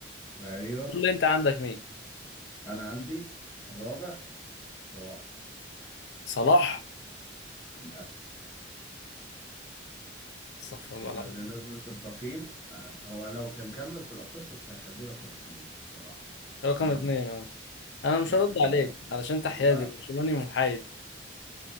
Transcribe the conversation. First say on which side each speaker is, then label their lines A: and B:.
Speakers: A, on the left; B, on the left.
A: ايوه
B: اللي انت عندك مين
A: انا عندي الرابع صلاح
B: صلاح
A: للأسف
B: استغفر الله
A: ما
B: العظيم
A: هو اللي نزل في التقييم آه، هو لو كان كمل في الأبطال كنت هخليه رقم اتنين بصراحة
B: رقم
A: بس أنا-
B: اتنين اه انا مش
A: يعني
B: هرد
A: هو
B: عليك علشان انت
A: هو-
B: حيازي برشلوني محايد